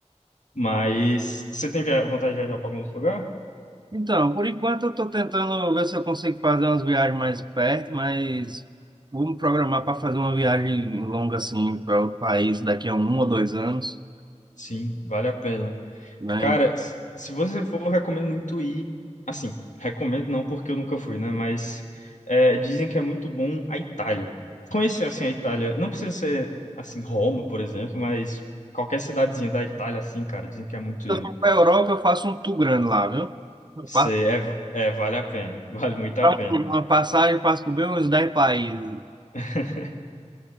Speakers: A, on the left (about 80°); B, on the right (about 35°).
A: Mas você tem via- vontade de viajar para algum outro lugar?
B: Então, por enquanto eu estou tentando ver se eu consigo fazer umas viagens mais perto, mas vou me programar para fazer uma viagem longa assim para outro país daqui a um ou dois anos,
A: Sim, vale a pena.
B: né?
A: Cara,
B: E Se
A: s- se você for, eu recomendo muito ir. Assim, recomendo não porque eu nunca fui, né? Mas é, dizem que é muito bom a Itália. Conhecer assim a Itália, não precisa ser assim Roma, por exemplo, mas qualquer cidadezinha da Itália, assim, cara, dizem que é muito
B: eu
A: linda.
B: for para a Europa, eu faço um tour grande lá, viu? Eu
A: Isso
B: passo
A: aí é, é, vale a pena. <laughs> Vale muito
B: pra
A: a pena.
B: uma passagem, passo por bem uns 10 países.
A: <laughs>